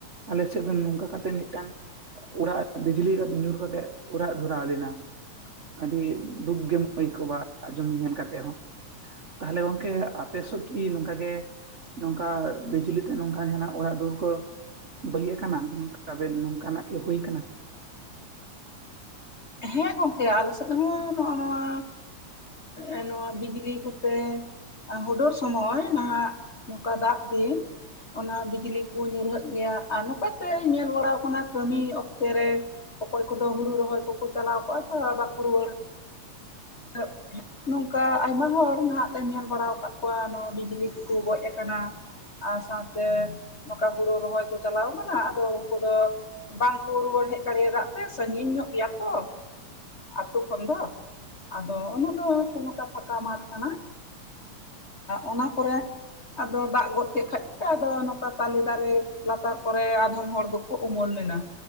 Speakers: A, on the right; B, on the left.
A: ᱟᱞᱮ ᱥᱮᱫ ᱫᱚ ᱱᱚᱝᱠᱟ ᱠᱟᱛᱮ ᱢᱤᱫ ᱴᱟᱝ ᱚᱲᱟᱜ ᱵᱤᱡᱽᱞᱤ ᱠᱟᱛᱮ ᱧᱩᱨ ᱠᱟᱛᱮᱜ ᱚᱲᱟᱜ ᱫᱷᱚᱨᱟᱣ ᱞᱮᱱᱟ ᱟᱰᱤ ᱫᱩᱠ ᱜᱮᱢ ᱟᱹᱭᱠᱟᱹᱣᱟ ᱟᱡᱚᱢ ᱧᱮᱞ ᱠᱟᱛᱮᱜ ᱦᱚᱸ ᱛᱟᱦᱞᱮ ᱜᱚᱝᱠᱮ ᱟᱯᱮᱥᱚ ᱠᱤ ᱱᱚᱝᱠᱟ ᱜᱮ ᱱᱚᱝᱠᱟ ᱵᱤᱡᱽᱞᱤᱛᱮ ᱱᱚᱝᱠᱟ ᱡᱟᱦᱱᱟᱜ ᱚᱲᱟᱜ ᱫᱩᱣᱟᱹᱨ ᱠᱚ ᱵᱟᱲᱤᱡ ᱟᱠᱟᱱᱟ ᱛᱠᱵᱮᱱ ᱱᱚᱝᱠᱟᱱᱟᱜ ᱠᱤ ᱦᱩᱭ ᱠᱟᱱᱟ
B: ᱦᱮᱸ ᱜᱚᱝᱠᱮ ᱟᱞᱮ ᱥᱮᱫ ᱦᱚᱸ ᱱᱚᱜ-ᱚ ᱱᱚᱣᱟ ᱮ ᱱᱚᱣᱟ ᱵᱤᱡᱽᱞᱤ ᱠᱚᱛᱮ ᱦᱩᱰᱚᱨ ᱥᱚᱢᱚᱭ ᱱᱟᱦᱟᱜ ᱱᱚᱝᱠᱟ ᱫᱟᱜ ᱫᱤᱱ ᱚᱱᱟ ᱵᱤᱡᱽᱞᱤ ᱠᱩ ᱧᱩᱨᱦᱟᱹᱜ ᱜᱮᱭᱟ ᱟᱨ ᱱᱚᱠᱟᱛᱮ ᱧᱮᱞ ᱵᱟᱲᱟᱣ ᱠᱟᱱᱟ ᱠᱟᱹᱢᱤ ᱚᱠᱛᱮ ᱨᱮ ᱚᱠᱚᱭ ᱠᱚᱫᱚ ᱦᱩᱲᱩ ᱨᱚᱦᱚᱭ ᱠᱚᱠᱚ ᱪᱟᱞᱟᱣ ᱠᱚᱜᱼᱟ ᱛᱚ ᱵᱟᱠᱚ ᱨᱩᱣᱟᱹᱲᱟ <unintelligible> ᱱᱚᱝᱠᱟ ᱟᱭᱢᱟ ᱦᱚᱲ ᱱᱟᱦᱟᱜ ᱞᱮ ᱧᱮᱞ ᱵᱟᱲᱟᱣ ᱠᱟᱫ ᱠᱚᱣᱟ ᱱᱚᱣᱟ ᱵᱤᱡᱽᱞᱤ ᱛᱮᱠᱩ ᱜᱚᱡ ᱟᱠᱟᱱᱟ ᱟᱨ ᱥᱟᱶᱛᱮ ᱱᱚᱸᱠᱟ ᱦᱩᱲᱩ ᱨᱚᱦᱚᱭ ᱠᱚ ᱪᱟᱞᱟᱣ ᱠᱟᱱᱟ ᱟᱫᱚ ᱩᱱᱠᱩ ᱫᱚ ᱵᱟᱝᱠᱚ ᱨᱩᱣᱟᱹᱲ ᱦᱮᱡ ᱫᱟᱲᱮᱭᱫᱟ ᱫᱟᱜ ᱛᱮ ᱥᱟᱸᱜᱤᱧ ᱧᱚᱜ ᱜᱮᱭᱟ ᱠᱚ ᱟᱛᱩ ᱠᱷᱚᱱ ᱫᱚ ᱟᱫᱚ ᱚᱱᱟ ᱫᱚ ᱱᱚᱸᱠᱟ ᱯᱷᱟᱠᱟ ᱢᱟᱴᱷ ᱠᱟᱱᱟ ᱚᱱᱟ ᱠᱚᱨᱮ ᱟᱫᱚ ᱫᱟᱜ ᱜᱚᱫ ᱠᱮᱫ ᱠᱷᱟᱡ ᱟᱫᱚ ᱱᱚᱸᱠᱟ ᱛᱟᱞᱮ ᱫᱟᱨᱮ ᱞᱟᱛᱟᱨ ᱠᱚᱨᱮ ᱟᱫᱷᱚᱢ ᱦᱚᱲ ᱫᱚ ᱠᱚ ᱩᱢᱩᱞ ᱞᱮᱱᱟ